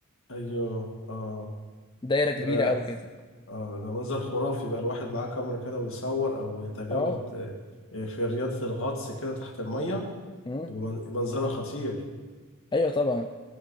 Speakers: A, on the left; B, on the left.
A: ايوه اه
B: دايرة كبيرة
A: ده
B: أوي كده
A: اه ده منظر خرافي بقى الواحد معاه كاميرا كده ويصور او يتجول
B: اه
A: ت- آه، في رياضة الغطس كده تحت المية
B: مم.
A: يبقى من- منظرها خطير
B: أيوه طبعا